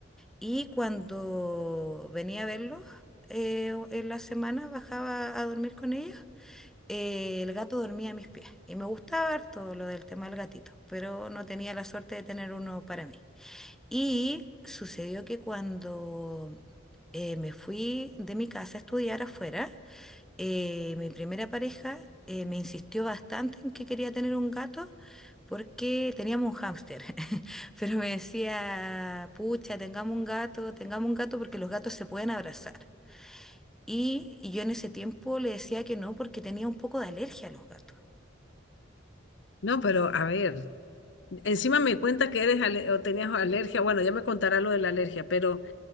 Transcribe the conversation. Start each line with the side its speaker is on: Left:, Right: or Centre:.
Centre: Y cuando venía a verlos eh, en las semanas bajaba a dormir con ellos eh, el gato dormía a mis pies y me gustaba ver todo lo del tema del gatito, pero no tenía la suerte de tener uno para mí. Y sucedió que cuando eh, me fui de mi casa a estudiar afuera, eh, mi primera pareja eh, me insistió bastante en que quería tener un gato porque teníamos un hámster, <laughs> pero me decía, pucha, tengamos un gato, tengamos un gato porque los gatos se pueden abrazar. y yo en ese tiempo le decía que no porque tenía un poco de alergia a los gatos.
Left: No, pero a ver, encima me cuentas que eres ale- o tenías alergia. Bueno, ya me contarás lo de la alergia, pero...